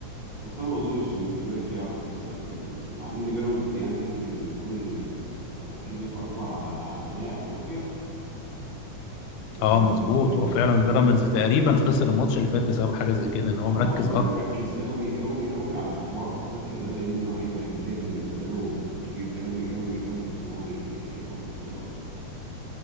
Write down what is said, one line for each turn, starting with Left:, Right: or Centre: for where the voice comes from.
Right: بس انا ما اظنش ان الزمالك يعرف يكسب بيراميدز مع ان بيراميدز يعني ممكن يكون تركيزه الاكبر على على نهائي افريقيا اه
Left: اه مظبوط هو فعلا بيراميدز تقريبا خسر الماتش اللي فات بسبب حاجه زي كده ان هو
Right: آه،
Left: مركز
Right: انه
Left: اكتر
Right: مركز قوي قوي قوي على حوار افريقيا ده لانه هيبقى انجاز بالنسبه له كبير قوي قوي قوي ان هو ي- ياخد البطوله دي